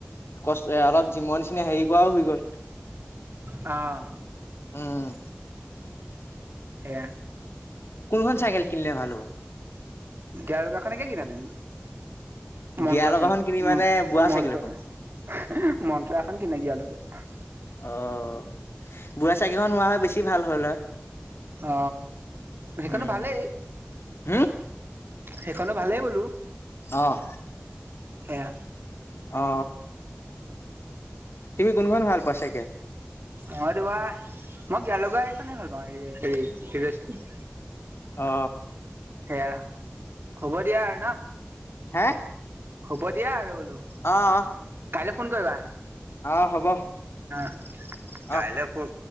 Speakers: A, on the left; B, on the right.
A: কষ্ট অলপ জিমন নিচিনে হেৰি কৰাও হৈ গ'ল।
B: অ।
A: উম।
B: সেয়া।
A: কোনখন চাইকেল কিনিলে ভাল হ'ব?
B: গিয়া লগাখনকে কিনা তেনন্তে। মন্ত্ৰচন
A: গিয়াৰ লগাখন কিনিবা নে বুঢ়া
B: মন্ত্ৰ
A: চাইকেল এখন?
B: মন্ত্ৰ এখন কিনা গিয়া লগোৱা।
A: অঁ বুঢ়া চাইকেল খন হোৱা হয় বেছি ভাল হ'ল হয়।
B: অ হেইখনো
A: উম,
B: ভালেই।
A: হম
B: হেইখনো ভালেই বোলোঁ।
A: অ',
B: সেয়া।
A: অ। তুমি কোনখন ভাল পোৱা চাইকেল?
B: মই তোমাৰ মই গিয় লগা এইখনে ভাল পাওঁ হেৰ হিৰ ইষ্টেন।
A: অ।
B: সেয়া হ'ব দিয়া আৰু ন।
A: হে।
B: হ'ব দিয়া আৰু বোলো।
A: অ।
B: কাইলৈ ফোন কৰিবা।
A: অ হ'ব।
B: অহ
A: অ'।
B: কাইলৈ ফোন।